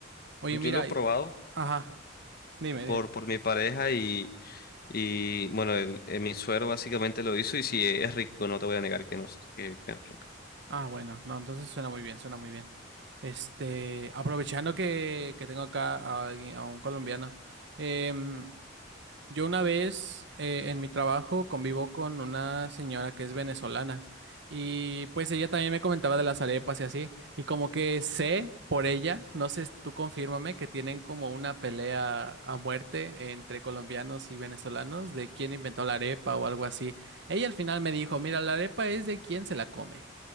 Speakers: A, on the right; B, on the left.
A: Oye,
B: Yo
A: mira,
B: lo he probado
A: y- ajá, dime,
B: por,
A: dime.
B: por mi pareja y, y bueno, el, eh, mi suero básicamente lo hizo y sí, eh, es rico, no te voy a negar que no, es- que, que no es rico.
A: Ah, bueno, no, entonces suena muy bien, suena muy bien. Este, aprovechando que, que tengo acá a alguien, a un colombiano, em, Yo una vez eh, en mi trabajo convivo con una señora que es venezolana y pues ella también me comentaba de las arepas y así y como que sé por ella, no sé, tú confírmame que tienen como una pelea a muerte entre colombianos y venezolanos de quién inventó la arepa o algo así. Ella al final me dijo, mira, la arepa es de quién se la come,